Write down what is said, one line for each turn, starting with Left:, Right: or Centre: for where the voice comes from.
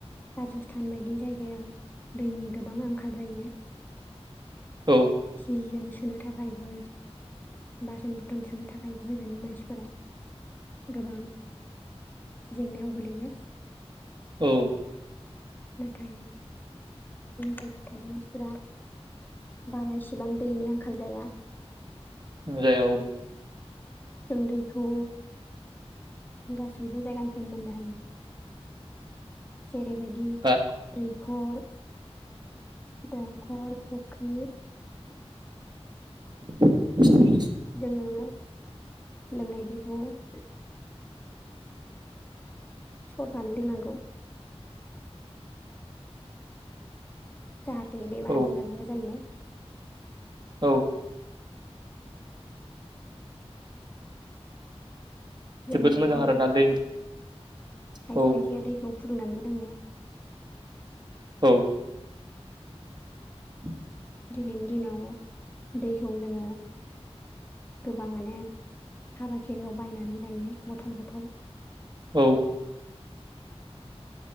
Left: राजस्थान बायदि जायगायाव दैनि गोबां आंखाल जायो।
Right: औ
Left: जि जोम सुनो थाखायबो बासोन बरथन सुनो थाखायबो होजोननि मानसिफोरा गोबां जेंनायाव गोलैयो।
Right: औ
Left: दायो जोंनि जायगायाव थानाय मानसिफोरा बारा इसिबां दैनि आंखाल जाया।
Right: जाया औ
Left: जों दैखौ गासैबो जायगानिफ्रायनो मोननो हायो। जेरैबायदि
Right: हा
Left: दैखर दंखल फख्रि
Right: <inaudible>
Left: जोङो लोंनाय दैखौ - सरनानै लोंनांगौ। जाहाथे बेमार
Right: औ
Left: आजारा गैया जायो।
Right: औ
Left: जों
Right: जोबोद
Left: दैखौ
Right: मोजां आरोना
Left: खायसे
Right: दै औ
Left: खायसेया दैखौ फुदुंनानैबो। लोङो
Right: औ <inaudible>
Left: दिनैनि दिनाव दैखौ जोङो गोबाङानो हाबा खेरयाव बायनानै लायो बथल बथल।
Right: औ